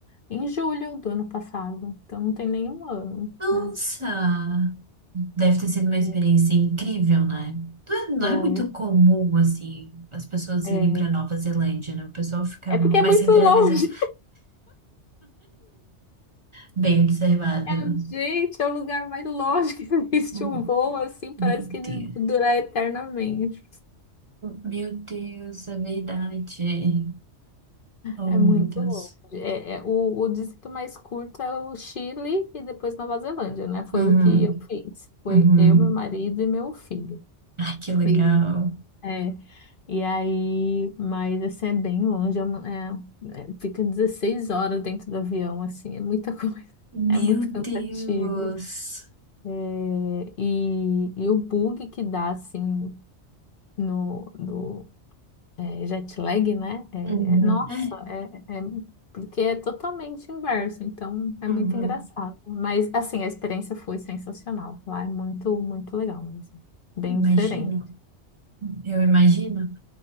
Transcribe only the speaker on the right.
Nossa!
Deve ter sido uma experiência
incrível, né? Não é, não
é muito comum, assim, as pessoas
irem para Nova Zelândia, né? O pessoal fica
mais
centralizado.
Bem observado.
Hum,
Meu
Deus.
Meu Deus, é verdade. Oh,
meu Deus.
Uhum,
uhum.
Ai, que legal.
Meu
Deus.
Uhum,
é,
uhum.
Eu imagino.
Eu imagino.